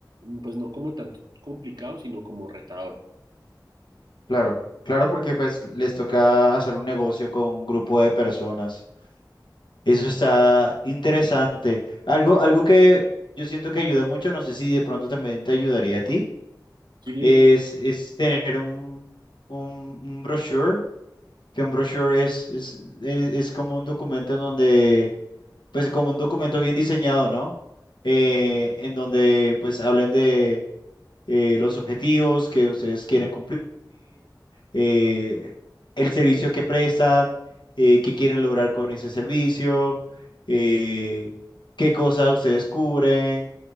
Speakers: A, on the right; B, on the left.
A: pues no como tanto complicado, sino como retador.
B: Claro, claro, porque pues les toca hacer un negocio con un grupo de personas. Eso está interesante. Algo, algo que yo siento que ayuda mucho, no sé si de pronto también te ayudaría a ti,
A: Sí, dime.
B: es, es tener un, un, un brochure, que un brochure es, es, es, es como un documento en donde, pues como un documento bien diseñado, ¿no? Eh, en donde pues hablen eh, los objetivos que ustedes quieren cumplir, eh, el servicio que prestan, eh, qué quieren lograr con ese servicio, eh, qué cosas ustedes cubren.